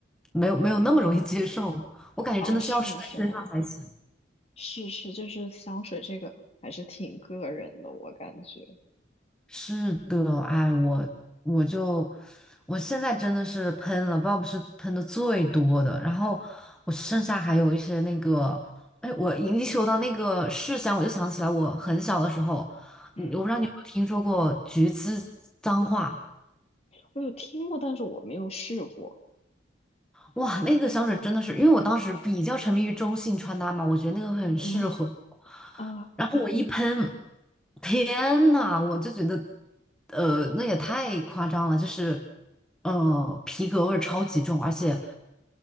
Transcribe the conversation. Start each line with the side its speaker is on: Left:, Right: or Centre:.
Centre: 没有没有那么容易接受，我感觉真的是要试在身上才行。
Left: 哦，是吗？是吗？是是，就是香水这个还是挺个人的，我感觉。
Centre: 是的，哎，我我就我现在真的是喷了，Bob 是喷的最多的，然后我剩下还有一些那个，哎，我一说到那个麝香，我就想起来我很小的时候，
Left: 嗯，
Centre: 你我不知道你有没有听说过橘子脏话。
Left: 我有听过，但是我没有试过。
Centre: 哇，那个香水真的是，因为我当时比较沉迷于中性穿搭嘛，我觉得那个很适合我
Left: 嗯啊
Centre: 然后我一喷，天呐，我就觉得，呃，那也太夸张了，就是，呃，皮革味儿超级重，而且